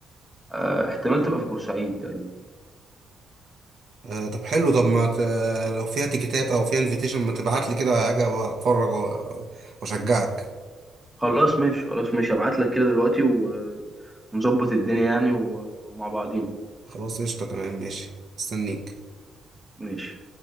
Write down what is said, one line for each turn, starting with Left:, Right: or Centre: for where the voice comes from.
Centre: آه، احتمال تبقى في بورسعيد تقريبا
Right: آه طب حلو طب ما ت... لو فيها تيكيتات او فيها انفيتيشن ما تبعت لي كده اجي اتفرج و- واشجعك
Centre: خلاص ماشي خلاص ماشي ابعت لك كده دلوقتي و- ونظبط الدنيا يعني و- ومع بعضين
Right: خلاص قشطة تمام ماشي استنيك
Centre: ماشي